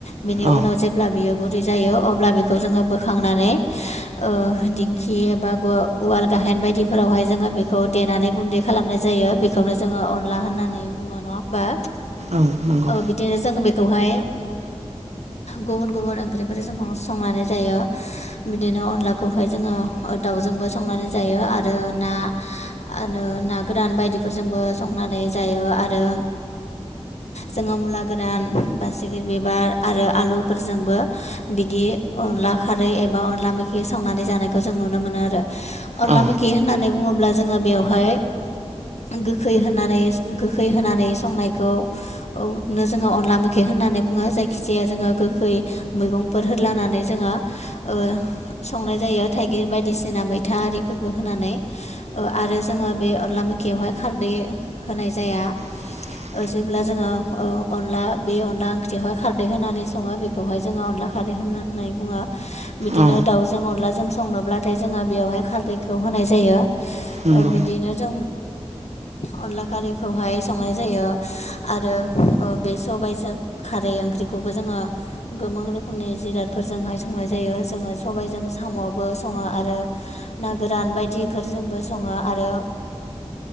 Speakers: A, on the left (about 80°); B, on the right (about 80°).
A: बिनि
B: औ
A: उनाव जेब्ला बियो गु गुरै जायो अब्ला बेखौ जोङो बोखांनानै ओ डिंखि एबा उवाल गाइहेन बायदिफोराव फोरावहाय जोङो बेखौ देनानै गुन्दै खालामनाय जायो बेखौनो जोङो अनला होननानै बुङो नङा होमबा?
B: औ नंगौ
A: ओ बिदिनो जों बेखौहाय गुबुन गुबुन ओंख्रिफोरजों संनानै जायो बिदिनो अनला खौहाय जोङो दाउजोंबो संनानै जायो आरो ना आरो ना गोरान बायदिफोरजोंबो संनानै जायो आरो जोङो मुला गोरान, बासिगिर बिबार आरो आलुफोरजोंबो बिदि अनला खारै एबा अनला मैखि संनानै जानायखौ जों नुनो मोनो आरो अनला
B: औ
A: मैखि होननानै बुङोब्ला जोङो बेवहाय गोखै होनानै गोखै होनानै संनायखौ औ जोङो अनला मैखि होननानै बुङो जायखि जाया जोङो गोखै मैगंफोर होद्लानानै जोङो ओ संनाय जायो थाइगिर बायदिसिना मैथा आरिफोर होनानै ओ आरो जोङो बे अनला मैखियावहाय खारदै होनाय जाया।
B: <unintelligible>
A: जेब्ला जोङो ओ अनला बे अनला ओंख्रियावहाय खारदै होनानै संङो बे खौहाय जोङो अनला खारै होननानै बुङो। बिदिनो
B: औ
A: दाउजों अनलाजों संनोब्लाथाय जोङो बेयावहाय खारदैखौ होनाय जायो।
B: नंगौ
A: ओ बिदिनो जों अनला खारैखौहाय संनाय जायो आरो ओ बे सबजों खारै ओंख्रिखौबो जोङो गोबां रोखोमनि जिरादफोरजोंहाय संनाय जायो जोङो सबायजों साम'आवबो सङो आरो ना गोरान बायदिफोरजोंबो सङो आरो